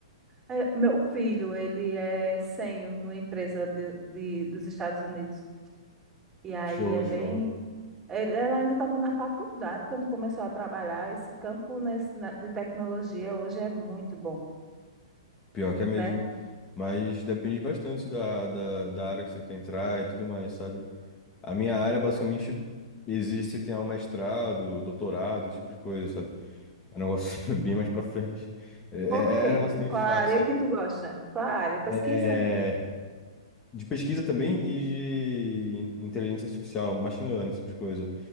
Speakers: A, on the right; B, on the left.
A: É, Meu filho, ele é sênior numa empresa de, de- dos Estados Unidos. E aí
B: Show,
A: é bem.
B: show.
A: ele- Ela ainda estava na faculdade quando começou a trabalhar. Esse campo nesse- na- de tecnologia hoje é muito bom,
B: Pior que é mesmo.
A: né?
B: Mas depende bastante da, da, da área que você quer entrar e tudo mais, sabe? A minha área, basicamente, existe se tem um mestrado, doutorado, esse tipo de coisa, sabe? É um negócio <laughs> bem mais pra frente. É,
A: Por quê?
B: é, é um negócio
A: Tu,
B: meio
A: qual
B: chato,
A: a área
B: sabe?
A: que tu gosta? Qual a área? Pesquisa?
B: É, de pesquisa também e de inteligência artificial, machine learning, esse tipo de coisa.